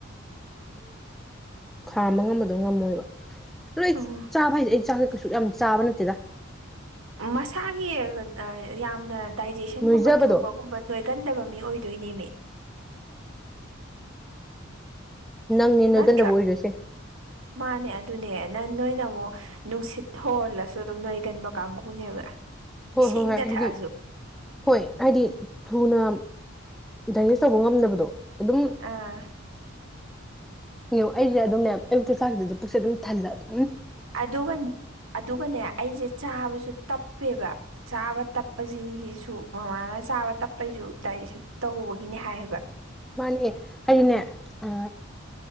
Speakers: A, in the centre; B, on the right (about 75°).
A: ꯈꯥꯝꯕ ꯉꯝꯕꯗꯣ ꯉꯝꯃꯣꯏꯕ ꯑꯗꯣ ꯑꯩ
B: ꯎꯝ
A: ꯆꯥꯕ ꯍꯥꯏꯁꯦ ꯑꯩ ꯆꯥꯛ ꯀꯩꯁꯨ ꯌꯥꯝ ꯆꯥꯕ ꯅꯠꯇꯦꯗ
B: ꯃꯁꯥꯒꯤ ꯌꯥꯝꯅ ꯗꯥꯏꯖꯦꯁꯟꯒꯨꯝꯕ
A: ꯅꯣꯏꯖꯕꯗꯣ
B: ꯊꯨꯕꯒꯨꯝꯕ ꯅꯣꯏꯒꯟꯗꯕ ꯃꯤ ꯑꯣꯏꯗ ꯑꯗꯨꯣꯏꯅꯦꯃꯤ
A: ꯅꯪꯅꯦ ꯅꯣꯏ
B: ꯅꯠꯇ꯭ꯔꯥ
A: ꯀꯟꯗꯕꯨ ꯑꯣꯏꯔꯣꯏꯁꯦ
B: ꯃꯥꯅꯦ ꯑꯗꯨꯅꯦ ꯅꯪ ꯅꯣꯏꯅ ꯑꯃꯨꯛ ꯅꯨꯡꯁꯤꯠ ꯍꯍꯜꯂꯁꯨ ꯑꯗꯨꯝ ꯅꯣꯏꯒꯟꯕ ꯀꯥꯡꯕꯨꯅꯦꯕ
A: ꯍꯣꯏ
B: ꯏꯁꯤꯡꯗ
A: ꯍꯣꯏ ꯍꯣꯏ ꯍꯥꯏꯗꯤ
B: ꯊꯛꯑꯁꯨ
A: ꯍꯣꯏ ꯍꯥꯏꯗꯤ ꯊꯨꯅ ꯗꯥꯏꯖꯦꯁ ꯇꯧꯕ ꯉꯝꯗꯕꯗꯣ ꯑꯗꯨꯝ
B: ꯑꯥ
A: ꯌꯦ ꯑꯩꯁꯦ ꯑꯗꯨꯝꯅꯦ ꯑꯌꯨꯛꯛꯇ ꯆꯥꯛꯁꯤꯗꯁꯨ ꯄꯨꯛꯁꯦ ꯑꯗꯨꯝ ꯊꯜꯂ ꯑꯗꯨ
B: ꯑꯗꯨꯒ ꯑꯗꯨꯒꯅꯦ ꯑꯩꯁꯦ ꯆꯥꯕꯁꯨ ꯇꯞꯄꯦꯕ ꯆꯥꯕ ꯇꯞꯄꯁꯤꯡꯁꯤꯁꯨ ꯃꯃꯥꯅ ꯆꯥꯕ ꯇꯞꯄꯩꯁꯨ ꯗꯥ ꯁ ꯇꯧꯕꯒꯤꯅꯦ ꯍꯥꯏꯌꯦꯕ
A: ꯃꯥꯅꯦ ꯑꯩꯅꯦ ꯑ